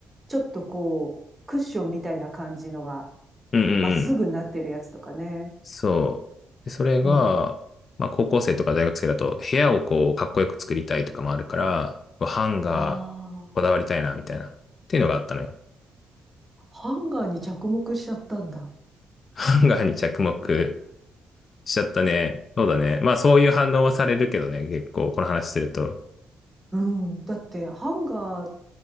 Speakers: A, on the right (about 20°); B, on the left (about 50°).
A: ちょっとこう、クッションみたいな感じのが、
B: うんうんうん。
A: まっすぐになってるやつとかね。
B: そう。で、それが、
A: うん。
B: まあ高校生とか大学生だと部屋をこうかっこよく作りたいとかもあるから、うわハンガー
A: ああ、
B: こだわりたいなみたいな。っていうのがあったのよ。
A: ハンガーに着目しちゃったんだ。
B: <laughs> ハンガーに着目しちゃったね。そうだね。まあそういう反応はされるけどね、結構この話すると。
A: うん。だって、ハンガー、